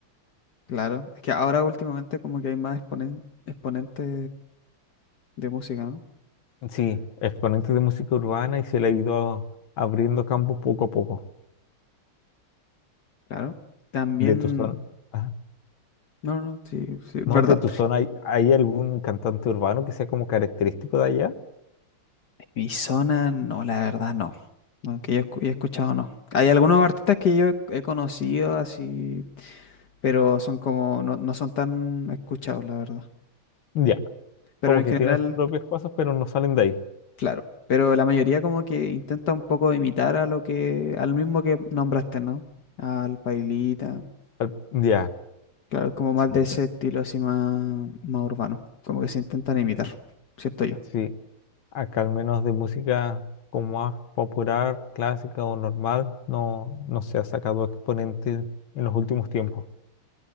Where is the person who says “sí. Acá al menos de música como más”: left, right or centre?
Left